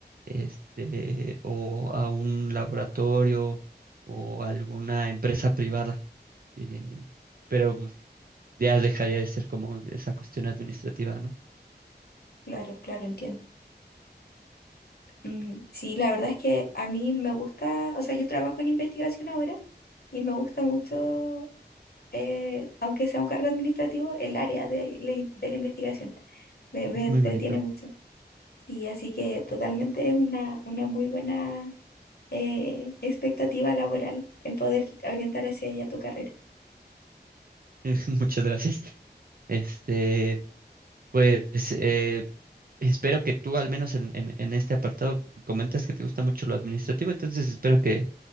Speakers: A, on the right (about 55°); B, on the left (about 65°).
A: este, o a un laboratorio o alguna empresa privada. eh, pero pues, ya dejaría de ser como esa cuestión administrativa, ¿no?
B: Claro, claro, entiendo. Mm, sí, la verdad es que a mí me gusta, o sea, yo trabajo en investigación ahora y me gusta mucho, eh, aunque sea un cargo administrativo, el área de, la in- de la investigación. Me, me
A: Es
B: entretiene
A: muy bonito.
B: mucho. Sí, así que totalmente es una, una muy buena eh, expectativa laboral el poder orientar hacia ella tu carrera.
A: <laughs> Muchas gracias. Este, pues eh, espero que tú, al menos en, en, en este apartado, comentas que te gusta mucho lo administrativo, entonces espero que